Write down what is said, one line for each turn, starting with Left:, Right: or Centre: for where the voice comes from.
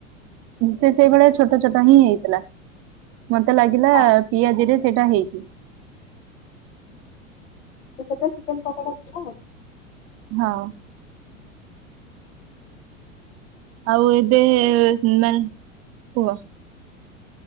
Right: ସେ ସେଇଭଳିଆ ଛୋଟ ଛୋଟ ହିଁ ହେଇଥିଲା। ମତେ ଲାଗିଲା
Left: ହଁ
Right: ପିଆଜି ରେ ସେଇଟା ହେଇଛି।
Left: ତ ସେ ତ ଚିକେନ ପକୋଡା ଥିଲା।
Right: ହଁ ଆଉ ଏବେ ମାନେ କୁହ।